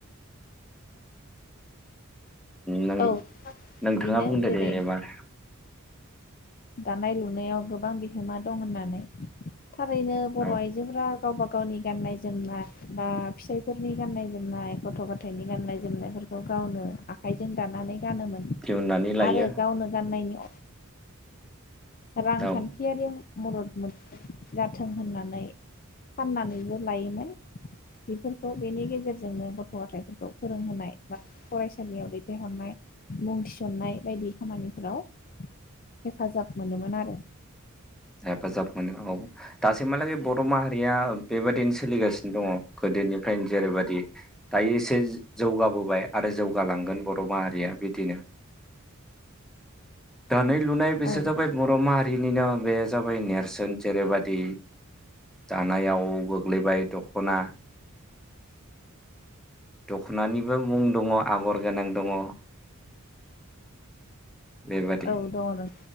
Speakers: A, in the centre; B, on the left.
A: नों-नोंथाङा
B: औ बिदिनो
A: बुंदो
B: जेरै
A: दे एबार
B: दानाय लुनायाव गोबां बिहोमा दं होननानै थारैनो बर
A: औ
B: आइजोफोरा गावबा गावनि गाननाय जोमनाय बा फिसाइफोरनि गाननाय जोमनाय गथ गथाइनि गाननाय जोमनायफोरखौ गावनो आखाइजों दानानै गानोमोन
A: दिहुननानै लायो
B: आरो गावनो गाननायनि रांखान्थियारियाव
A: औ
B: मदद मोन जाथों होननानै फाननानैबो लायोमोन बेफोरखौ बेनि गेजेरजोंनो गथ गथायफोरखौ फोरोंहोनाय बा फरायसालियाव दैथायहरनाय मुं थिसननाय बायदि खामानिफोराव हेफाजाब मोनोमोन आरो
A: हेफाजाब मोनो औ दासिमहालागै बर माहारिया बेबायदिनो सोलिगासिनो दङ गोदोनिफ्रायनो जेरैबादि दायो एसे जौगाबोबाय आरो जौगालांगोन बर माहारिया बिदिनो दानि लुनाय बिसोर
B: औ
A: जाबाय बर माहारिनिनो -' बे जाबाय नेरसोन जेरैबायदि दानायाव गोग्लैबाय दखना दखनानिबो मुं दङ आगर गोनां दङ बेबादि
B: औ दङ नों